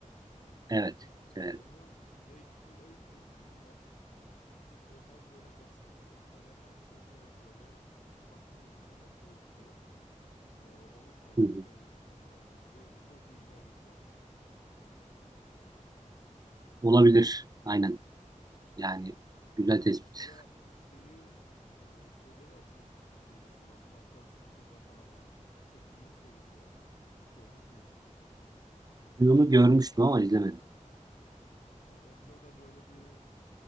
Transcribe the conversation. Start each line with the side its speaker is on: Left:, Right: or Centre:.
Right: Evet. severim.
Left: Onun Hateful Eight diye bir filmi var. O hem böyle basit bir tonda hem aksiyonlu hem böyle tatmin edici bir noktada bitiyor. Ee, onu tavsiye
Right: Hı hı.
Left: edebilirim size. Sanki size çok iyi gider gibi geldi.
Right: Olabilir. Aynen. Yani
Left: Onun onun
Right: güzel tespit.
Left: dışında şeyi e, şeylere okey misiniz bu mesela fantastik filmler falan var. Mesela Dune serisi var. Görmüş müydünüz?
Right: Bunu görmüştüm ama izlemedim.
Left: Ha, onda da böyle bir